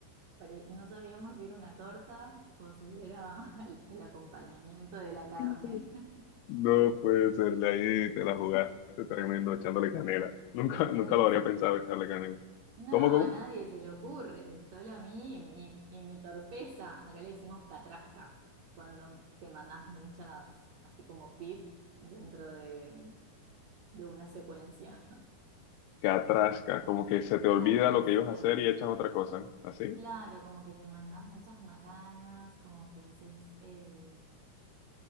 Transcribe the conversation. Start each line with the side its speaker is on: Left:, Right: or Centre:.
Right: Pare- No sabíamos si era una torta o si era <laughs> el el acompañamiento de la carne.
Left: <laughs>
Right: <laughs>
Left: No puede ser, de ahí te la jugaste tremendo
Right: Acá,
Left: echándole canela. Nunca,
Right: acá
Left: nunca
Right: decimos.
Left: lo habría pensado echarle canela.
Right: No,
Left: ¿Cómo, cómo?
Right: a nadie se le ocurre, solo a mí y, y mi torpeza. Acá le decimos catrasca, cuando te mandás muchas, así como pif, dentro de, de una secuencia.
Left: Catrasca, como que
Right: <laughs>
Left: se te olvida
Right: Catrasca.
Left: lo que ibas a hacer y echas otra cosa, ¿así?
Right: Claro, como que te mandás muchas macanas, como que haces eh,